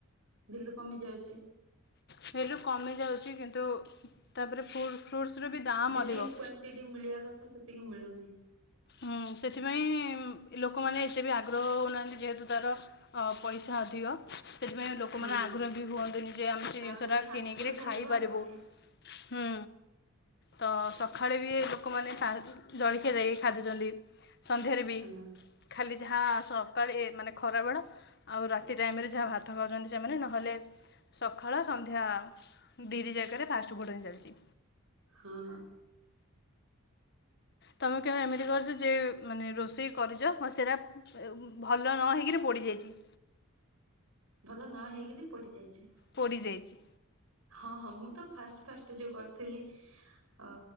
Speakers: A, on the right (about 80°); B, on the left (about 50°).
A: ବିଲୁ କମି ଯାଉଚି।
B: ହେଲୁ କମି ଯାଉଚି କିନ୍ତୁ ତାପରେ ଫ୍ରୁଟ୍ ଫ୍ରୁଟସ୍‌ ର ବି ଦାମ୍
A: ଯେତିକି
B: ଅଧିକ
A: କ୍ଵାଣ୍ଟିଟି ମିଳିବା କଥା ସେତିକି ମିଳୁନି।
B: ଉଁ ସେଥିପାଇଁ ଲୋକମାନେ ଏତେ ବି ଆଗ୍ରହ ହେଉନାହାଁନ୍ତି ଯେହେତୁ ତା ର ଅ ପଇସା ଅଧିକ ସେଥିପାଇଁ ଲୋକମାନେ
A: ହଁ
B: ଆଗ୍ରହ ବି ହୁଅନ୍ତିନି ଯେ ଆମେ ସେ
A: ତା
B: ଜିନିଷ
A: ବଦଳରେ
B: ଟା
A: ଫାଷ୍ଟଫୁଡ୍
B: କିଣିକିରି
A: ଖାଇଦବ
B: ଖାଇପାରିବୁ।
A: ଆହୁରି ବଢିଆ।
B: ହୁଁ ତ ସଖାଳେ ବି ଲୋକମାନେ ଖାଆ ଜଳଖିଆ ଦେଇ ଖାଦୁଚନ୍ତି ସନ୍ଧ୍ୟାରେ ବି
A: ହଁ
B: ଖାଲି ଯାହା ସକାଳେ ଏ ମାନେ ଖରାବେେଳ ଆଉ ରାତି ଟାଇମରେ ଯାହା ଭାତ ଖାଉଚନ୍ତି ସେମାନେ ନହେଲେ ସଖାଳ ସନ୍ଧ୍ୟା ଦିଇଟି ଯାଗାରେ ଫାଷ୍ଟ ଫୁଡ଼୍ ହିଁ ଚାଲିଚି।
A: ହୁଁ।
B: ତମେ କେବେ ଏମିତି କରିଚ ଯେ ମାନେ ରୋଷେଇ କରିଚ ମ ସେରା ଭଲ ନ ହେଇକିରି ପୋଡ଼ିଯାଇଚି।
A: ଭଲ ନ ହେଇକିରି ପଡିଯାଇଛି।
B: ପୋଡ଼ିଯାଇଚି।
A: ହଁ ହଁ ମୁଁ ତ ଫାଷ୍ଟ ଫାଷ୍ଟ ଯୋଉ କରିଥିଲି ଅ